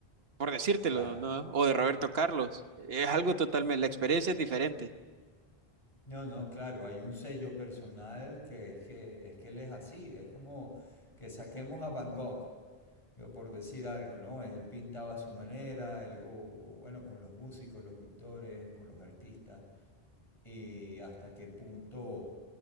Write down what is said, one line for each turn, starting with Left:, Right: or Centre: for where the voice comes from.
Right: por decírtelo,
Left: claro.
Right: ¿no? O de Roberto Carlos. Es algo totalmente, la experiencia es diferente.
Left: No, no, claro, hay un sello personal que es que, es que él es así, es como que saquemos a Van Gogh, digo, por decir algo, ¿no? Él pintaba a su manera, él- o, o bueno, con los músicos, los pintores, con los artistas, y hasta qué punto